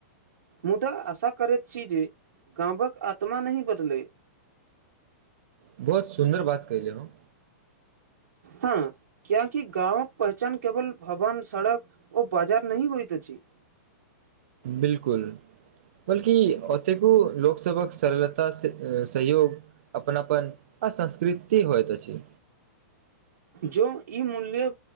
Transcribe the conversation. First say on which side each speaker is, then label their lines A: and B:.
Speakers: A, on the right; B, on the right.
A: मुदा आशा करैत छी जे गाँवक आत्मा नहि बदलै <inaudible>
B: बहुत सुन्दर बात कहि देलहुँ
A: हँ कियकि गाँवक पहचान केवल भवन सड़क ओ बाजार नहि होइत अछि <inaudible>
B: बिलकुल बल्कि ओतेको लोकसभक सरलता सहयोग अपन अपन आ संस्कृति होइ त छै
A: जो इ मूल्य